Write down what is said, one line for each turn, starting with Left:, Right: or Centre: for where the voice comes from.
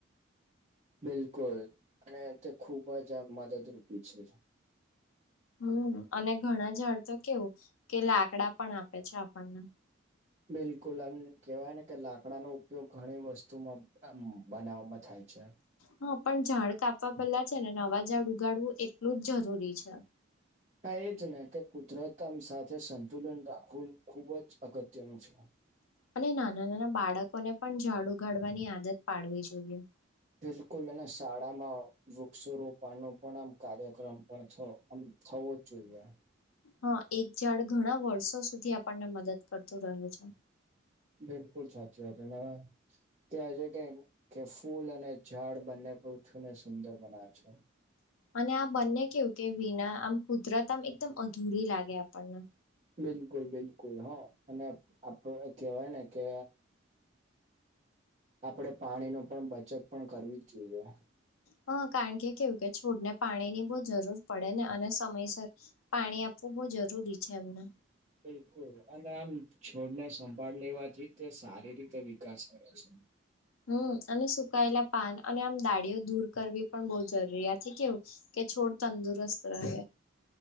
Right: બિલકુલ, અને તે ખૂબ જ આ મદદરૂપી છે.
Left: હમ, અને ઘણા જઝડ તો કેવું કે લાકડા પણ આપે છે, આપણને
Right: બિલકુલ આમ કહેવાય ને કે, લાકડાનો ઉપયોગ ઘણી વસ્તુમાં બનાવવામાં થાય છે.
Left: હા, પણ ઝાડ કાપવા પેલા છે ને, નવા ઝાડ ઉગાડવું એટલું જ જરૂરી છે.
Right: હા, એજ ને કે, કુદરતમ સાથે સંતુલન રાખવું ખુબ જ અગત્યનું છે.
Left: અને નાના-નાના બાળકોને, પણ ઝાડ ઉઘાડવાની આદત પાડવી જોઈએ.
Right: બિલકુલ, અને શાળામાં વૃક્ષો રોપવાનો પણ આમ કાર્યક્રમ પણ થયો. આમ થવો જ જોઈએ.
Left: હા, એક જાડ ઘણા વર્ષો સુધી આપણને મદદ કરતું રહે છે.
Right: બિલકુલ, સાચી વાત. એના કેવા છે કે, કે ફૂલ અને ઝાડ બંને પૃથ્વીને સુંદર બનાવે છે.
Left: અને આ બંને કેવું કે, વિના આમ કુદરત આમ, એકદમ અધૂરી લાગે આપણને.
Right: બિલકુલ, બિલકુલ, હ, અને આપડ કહેવાય ને કે. આપડે પાણી નું પણ બચત પણ કરવી જ જોઈએ.
Left: હ, કારણ કે કેવું કે છોડને, પાણી ની બહુ જરૂર પડે ને, અને સમયસર પાણી આપવું બહુ જરૂરી છે એમને.
Right: બિલકુલ, અને આમ છોડને સંભાળ લેવાથી, તે સારી રીતે વિકાસ કરે છે.
Left: હમ, અને સુકાયેલા પાન અને આમ દાળીઓ દૂર કરવી, પણ બહુ જરૂરી આ કેવું. કે છોડ તંદુરસ્ત રહે.